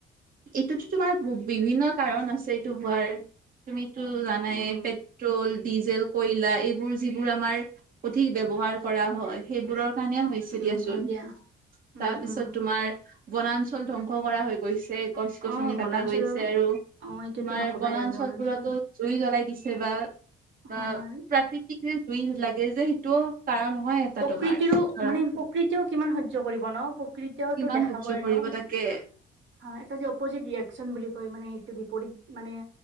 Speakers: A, on the right; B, on the right.
A: এইটোতো তোমাৰ বিভিন্ন কাৰণ আছে এইটো হোৱাৰ তুমি টো জানাই
B: উম
A: পেট্ৰল ডিজেল, কয়লা এইবোৰ যিবোৰ আমাৰ সঠিক ব্যৱহাৰ কৰা হয় সেইবোৰৰ কাৰণে হৈছে
B: উম
A: দিয়াচোন,
B: হয় দিয়া উম
A: তাৰপিছত
B: উম
A: তোমাৰ বনাঞ্চল ধ্বংস কৰা হৈ গৈছে। গছ গছনি
B: অ
A: কটা
B: বনাঞ্চলৰ
A: গেছে আৰু
B: অ এইটোতো
A: তোমাৰ
B: নকবাই
A: বনাঞ্চলবোৰতো
B: আৰু বনাঞ্চল
A: জুই জ্বলাই দিছে বা-বা
B: হয় হয়
A: প্ৰাকৃতিক <unintelligible> জুই লাগে যে সেইটোও কাৰণ হয় এটা
B: প্ৰকৃতিৰো
A: তোমাৰ ধৰা
B: মানে, প্ৰকৃতিও কিমান সহ্য কৰিব ন, প্ৰকৃতি তেওঁতো
A: কিমান
B: দেখাবই
A: সহ্য কৰিব
B: ন। অহ,
A: তাকে।
B: এটা যে অপজিট ৰিয়েকচন বুলি কয় মানে, এটো বিপৰীত মানে